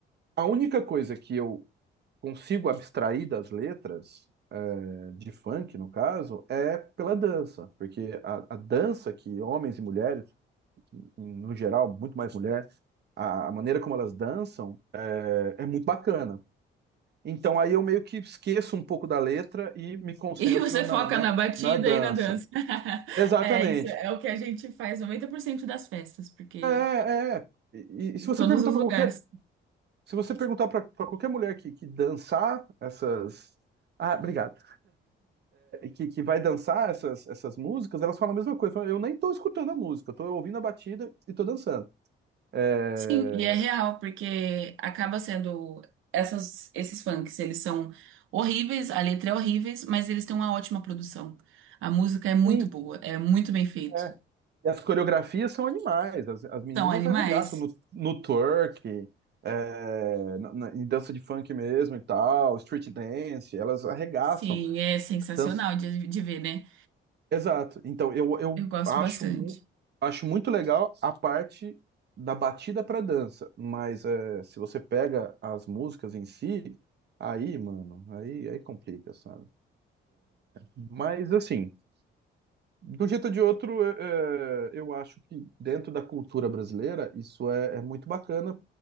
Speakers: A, on the right; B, on the right.
A: A única coisa que eu consigo abstrair das letras, eh, de funk no caso, é pela dança, porque a, a dança que homens e mulheres, no geral, muito mais mulher, a, a maneira como elas dançam eh, é, muito bacana. Então aí eu meio que esqueço um pouco da letra e me concentro
B: E você
A: na,
B: foca
A: na,
B: na batida
A: na dança.
B: e na dança. <laughs>
A: Exatamente.
B: É, isso é o que a gente faz 90% das festas, porque
A: É, é. é. E, e
B: em
A: se você
B: todos
A: perguntar
B: os
A: para
B: lugares.
A: qualquer, se você perguntar para qualquer mulher que, que dançar essas, ah, obrigado. que, que vai dançar essas, essas músicas, elas falam a mesma coisa. Falam, Eu nem tô escutando a música, eu tô ouvindo a batida e tô dançando. É,
B: Sim, e é real, porque acaba sendo essas, esses funks, eles são horríveis, a letra é horríveis, mas eles têm uma ótima produção. A música é muito
A: Sim.
B: boa, é muito bem feito.
A: é. E as coreografias são animais, as, as meninas
B: São animais.
A: arregaçam no, no twerk, é, na- na- em dança de funk mesmo e tal, street dance, elas arregaçam,
B: Sim, é sensacional
A: dan-
B: de, de ver, né?
A: Exato. Então, eu, eu
B: Eu gosto
A: acho,
B: bastante.
A: mu acho muito legal a parte da batida pra dança, mas é, se você pega as músicas em si, aí, mano, aí, aí complica, sabe? Mas, assim, de um jeito ou de outro, é, eu acho que dentro da cultura brasileira, isso é, é muito bacana,